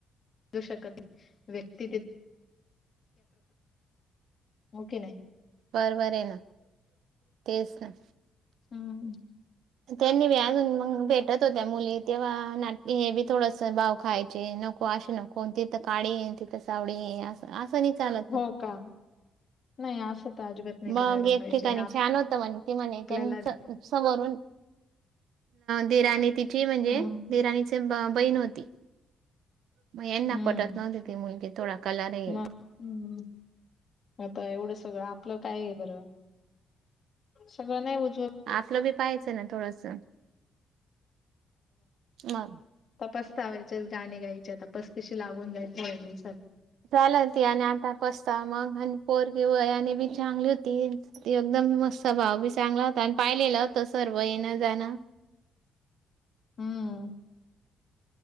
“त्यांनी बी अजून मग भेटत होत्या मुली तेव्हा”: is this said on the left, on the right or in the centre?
Right